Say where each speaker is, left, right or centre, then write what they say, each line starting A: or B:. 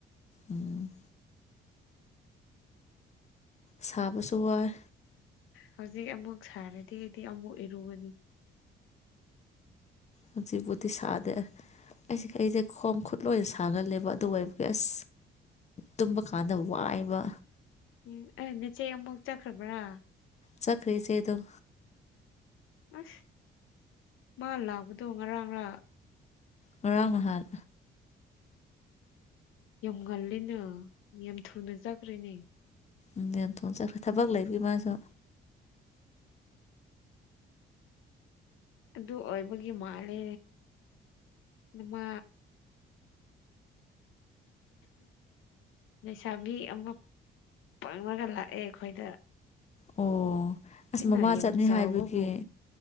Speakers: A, on the left; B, on the left.
A: ꯎꯝ ꯁꯥꯕꯁꯨ ꯋꯥꯏ
B: ꯍꯧꯖꯤꯛ ꯑꯃꯨꯛ ꯁꯥꯔꯗꯤ ꯑꯩꯗꯤ ꯑꯃꯨꯛ ꯏꯔꯨꯒꯅꯤ
A: ꯍꯧꯖꯤꯛꯕꯨꯗꯤ ꯁꯥꯗꯦ ꯑꯁ ꯑꯩꯁꯦ ꯈꯣꯡ ꯈꯨꯠ ꯂꯣꯏꯅ ꯁꯥꯡꯒꯟꯂꯦꯕ ꯑꯗꯨ ꯑ‌ꯣꯏꯕꯒꯤ ꯑꯁ ꯗꯨꯝꯀꯥꯟꯗ ꯋꯥꯏꯌ‌ꯦꯕ
B: ꯎꯝ ꯑꯩ ꯅꯆꯦ ꯑꯃꯨꯛ ꯆꯠꯈ꯭ꯔꯕ꯭ꯔꯥ
A: ꯆꯠꯈꯔ‌ꯦ ꯏꯆ‌ꯦ ꯗ‌ꯣ
B: ꯑꯁ ꯃꯥ ꯂꯥꯛꯄꯗꯣ ꯉꯔꯥꯡꯔ
A: ꯉꯔꯥꯡ ꯅꯍꯟ
B: ꯌꯥꯝ ꯉꯜꯂꯤꯅ ꯌꯥꯝ ꯊꯨꯅ ꯆꯠꯈ꯭ꯔꯦꯅꯦ
A: ꯎꯝ ꯌꯥꯝ ꯊꯨꯅ ꯆꯠꯈ꯭ꯔꯦ ꯊꯕꯛ ꯂꯩꯕꯒꯤ ꯃꯥꯁꯨ
B: ꯑꯗꯨ ꯑꯣꯏꯕꯒꯤ ꯃꯥꯜꯂꯦ ꯅꯃꯥ ꯂꯩꯩꯁꯥꯕꯤ ꯑꯃ ꯄꯥꯡꯉꯒ ꯂꯥꯛꯑꯦ ꯑꯩꯈꯣꯏꯗ
A: ꯑꯣ ꯑꯁ
B: ꯏꯟꯅ
A: ꯃꯃꯥ
B: ꯌꯥꯝ
A: ꯆꯠꯅꯤ
B: ꯆꯥꯎꯕꯕꯨ
A: ꯍꯥꯏꯕꯒꯤ